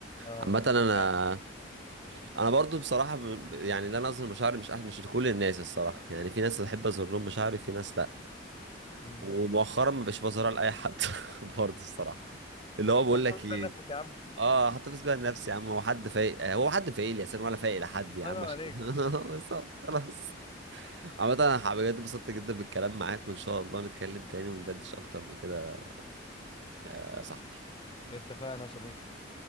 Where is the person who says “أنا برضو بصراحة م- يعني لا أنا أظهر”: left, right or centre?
Right